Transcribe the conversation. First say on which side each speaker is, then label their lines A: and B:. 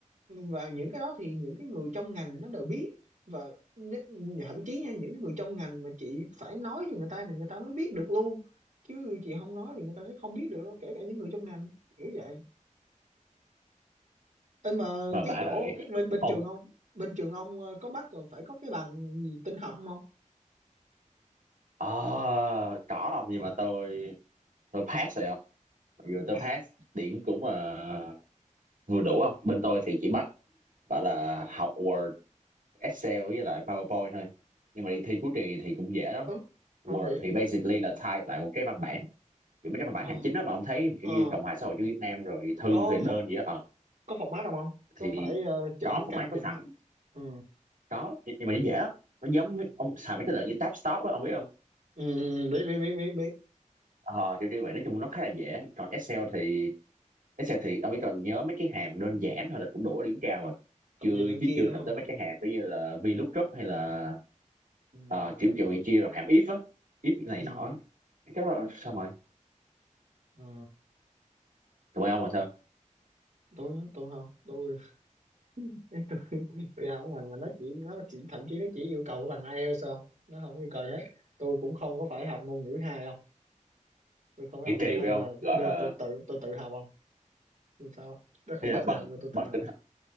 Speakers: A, on the right; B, on the right.
A: và những cái đó thì những cái người trong ngành nó đều biết và n- thậm chí nha những cái người trong ngành mà chị phải nói với người ta thì người ta mới biết được luôn chứ chị không nói thì người ta sẽ không biết được đâu kể cả những người trong ngành kiểu vậy Ê mà
B: mà
A: cái
B: bà
A: chỗ
B: lại
A: cái bên bên
B: không
A: trường ông bên trường ông ờ, có bắt rồi phải có cái bằng gì tin học không
B: à, có không nhưng mà tôi tôi pass rồi không mặc dù tôi
A: à
B: pass điểm cũng uh, vừa đủ không bên tôi thì chỉ bắt gọi là học Word Excel với lại PowerPoint thôi nhưng mà đi thi cuối kỳ thì cũng dễ lắm
A: ừ,
B: Word
A: ngon vậy
B: thì basically là type lại một cái văn bản kiểu mấy cái văn bản
A: ờ
B: hành chính đó mà ông thấy kiểu
A: ờ
B: như Cộng hòa xã hội chủ nghĩa Việt Nam rồi thư
A: có
B: rồi đơn
A: ph-
B: gì đó ờ
A: có phọc mát không không có
B: thì
A: phải ờ, chỉnh
B: có format
A: canh
B: có
A: chỉnh
B: sẵn
A: không? ừ
B: có nhưng mà nó dễ lắm nó giống
A: ừ
B: với- ông xài mấy cái lợi như tab stop á ông biết không
A: ừ, biết biết biết biết biết
B: ờ kiểu như vậy nói chung nó khá là dễ còn Excel
A: ừ.
B: thì Excel thì ông chỉ cần nhớ mấy cái hàm đơn giản thôi là cũng đủ điểm cao rồi
A: cộng
B: chưa
A: trừ nhân
B: chứ
A: chia
B: chưa
A: đúng
B: cần
A: không
B: tới mấy cái hàm kiểu như là VLOOKUP hay là
A: ừ
B: ờ, kiểu kiểu chia rồi hàm if á if này
A: ừ
B: nọ cái đó xong rồi
A: ờ,
B: tụi bay ông là sao
A: tôi tôi không tôi <laughs> tôi tôi không ngành mà nó chỉ nó chỉ, thậm chí nó chỉ yêu cầu cái bằng IELTS sao nó không yêu cầu gì hết tôi cũng không có phải học ngôn ngữ hai đâu tôi không có
B: nghĩ
A: học
B: kỳ
A: ngôn
B: trì
A: ngữ hai
B: phải không
A: nhưng mà
B: gọi
A: nhưng
B: là
A: mà tôi tự tôi tự học không tôi sao không? nó không
B: đây
A: bắt
B: là bằng
A: tôi học nhưng tôi tự
B: bằng
A: học
B: tin